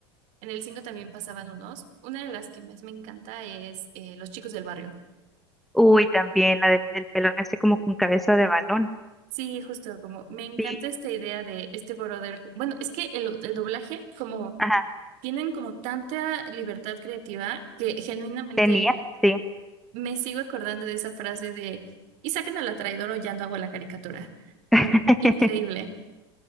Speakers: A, on the right (about 55°); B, in the centre.
A: en el 5 también pasaban unos. Una de las que más me encanta es eh, Los Chicos del Barrio.
B: Uy, también la del, del pelón este como con cabeza de balón.
A: Sí, justo, como me encanta
B: Sí,
A: esta idea de este brother. Bueno, es que el, el doblaje, como
B: ajá,
A: tienen como tanta libertad creativa que genuinamente
B: tenía, sí.
A: me sigo acordando de esa frase de y saquen a la traidora o ya no hago la caricatura.
B: <laughs>
A: Como increíble.